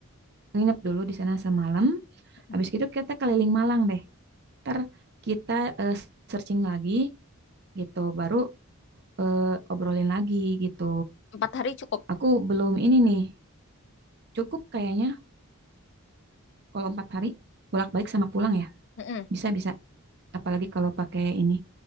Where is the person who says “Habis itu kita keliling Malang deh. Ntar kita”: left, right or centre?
Right